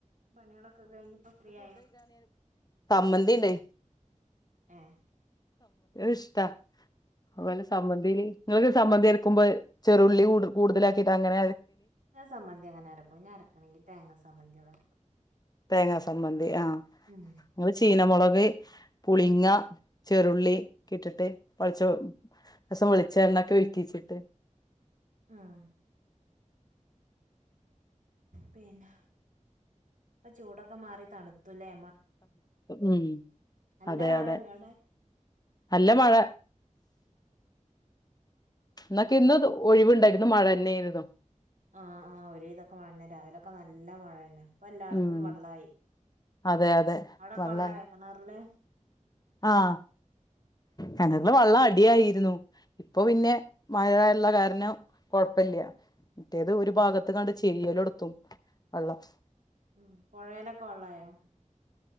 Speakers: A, on the right; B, on the left.
A: പണികളൊക്കെ കഴിഞ്ഞിപ്പോ ഫ്രീ ആയോ?
B: സമ്മന്തിയിണ്ടേ
A: എഹ്
B: ഇഷ്ടാ അതുപോലെ സമന്തിയില് നിങ്ങൾക്ക് സംന്ം എടുക്കുമ്പോ ചെറുള്ളി കൂടുലാക്കിട്ട് അങ്ങന
A: ഞാ സംബന് അങ്ങനെ ഇക്കും ഞാ ഇറക്കണെങ്കി തേങ്ങ സംന്തി ഇരക്കും
B: തേങ്ങാ സംമ്മന്തി ആഹ
A: ഉം
B: നള് ചീനമുളക് പുളിങ്ങ ചെരുളി ഒ ഇട്ടിട്ട് പളിച്ച രസം വെളിച്ചണൊക്കെ വക്കിച്ചിട്ട്
A: ആഹ പിന്നെ ഇപ്പൊ ചൂടൊക്കെ മാറി തണുത്തലേ
B: ഉ
A: നല്ല
B: അതെ
A: മഴയല്ലേ
B: അതെ
A: അവിടെ
B: നല്ല മഴ എന്നൊക്കെ ഇന്ന് ഒഴിവുണ്ടായിരുന്നു മഴ തന്നെയത
A: ആഹ ആ ഒ ഇതൊക്കെ മഴ തന്നെ രാവിലൊക്കെ നല്ല മഴ തന്നെ ഇപ്പൊ എല്ലാടത്തും
B: ഉം
A: വെള്ളായി
B: അതെ അതെ
A: അവിടൊക്കെ
B: വെള്ളായി
A: വെള്ളായോ കെണറില്?
B: ആഹ്
A: ഉം
B: ഞങ്ങക്ക് വെള്ള അടി അടി ആയിരുന്നു ഇപ്പൊ പിന്നെ മഴള്ള കാരണം കൊഴപ്പല്ല മറ്റേത് ഒരു
A: ഉം
B: ഭാഗത്ത് കാണ്ട് ചെരിയല് ഒടത്തും വെള്ളം
A: ഉം പൊഴേലൊക്കെ വെള്ളായോ